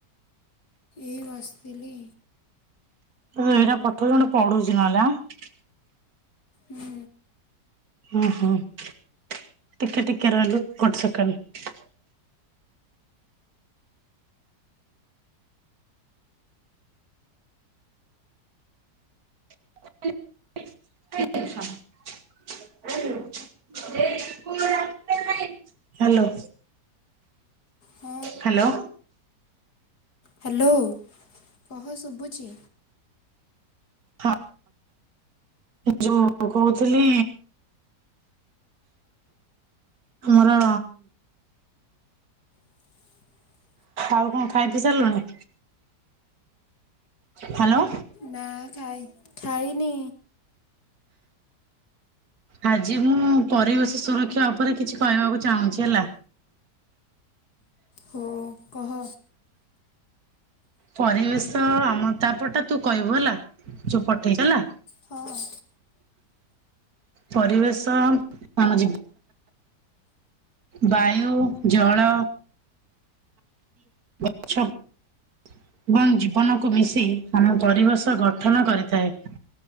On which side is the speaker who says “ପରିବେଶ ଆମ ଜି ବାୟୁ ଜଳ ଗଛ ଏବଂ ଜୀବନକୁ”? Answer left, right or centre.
Right